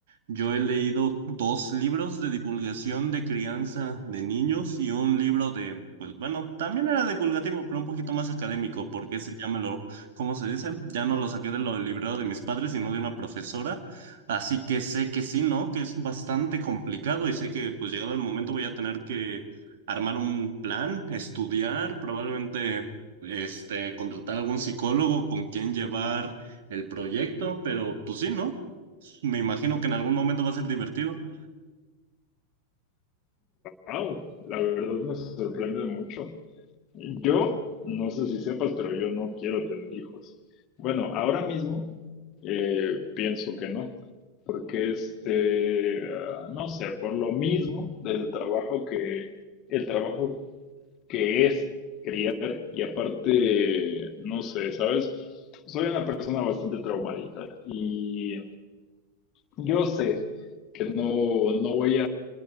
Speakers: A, on the right; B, on the left.
A: Yo he leído dos libros de divulgación de crianza de niños y un libro de, pues bueno, también era divulgativo, pero un poquito más académico, porque ese ya me lo, ¿cómo se dice? Ya no lo saqué de lo del librero de mis padres, sino de una profesora. Así que sé que sí, ¿no? Que es bastante complicado y sé que pues llegado el momento voy a tener que armar un plan, estudiar, probablemente este, contratar algún psicólogo con quien llevar el proyecto, pero pues sí, ¿no? Me imagino que en algún momento va a ser divertido.
B: wow, la verdad me sorprende mucho. Yo, no sé si sepas, pero yo no quiero tener hijos. Bueno, ahora mismo eh, pienso que no, porque este, ah, no sé, por lo mismo del trabajo que, el trabajo que es, y aparte, no sé, ¿sabes? Soy una persona bastante traumadita y yo sé que no, no voy